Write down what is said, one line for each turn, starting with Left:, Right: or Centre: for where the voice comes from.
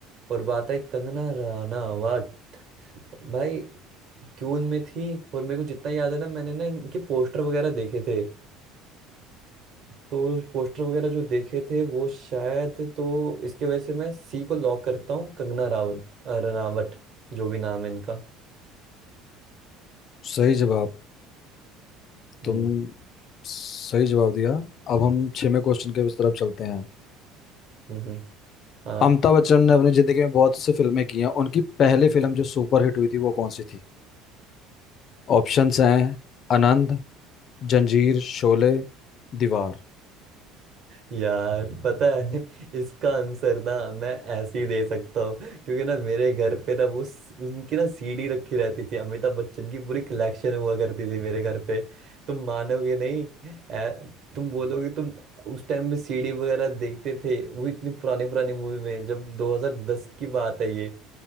Right: और बात है कंगना रनावत भाई क्यों उनमें थी और मेरे को जितना याद है ना मैंने ना इनके पोस्टर वगैरह देखे थे तो पोस्टर वगैरह जो देखे थे वो शायद तो इसके वजह से मैं सी को लॉक करता हूँ कंगना रावल अ, रनावट जो भी नाम है इनका
Left: सही जवाब
Right: हम्म
Left: तुम सही जवाब दिया अब हम छेवें क्वेश्चन के उस तरफ चलते हैं
Right: हम्म हम्म, हाँ
Left: अमिताभ बच्चन ने अपनी जिंदगी में बहुत सी फिल्में की हैं उनकी पहली फिल्म जो सुपरहिट हुई थी वो कौन सी थी ऑप्शंस हैं आनंद जंजीर शोले दीवार
Right: यार पता है <laughs> इसका आंसर ना मैं ऐसे ही दे सकता हूँ क्योंकि ना मेरे घर पे ना वो स- उनकी ना सीडी रखी रहती थी अमिताभ बच्चन की पूरी कलेक्शन हुआ करती थी मेरे घर पे तुम मानोगे नहीं ऐ- तुम बोलोगे तुम उस टाइम भी सीडी वगैरह देखते थे वो इतनी पुरानी पुरानी मूवी में जब 2010 की बात है ये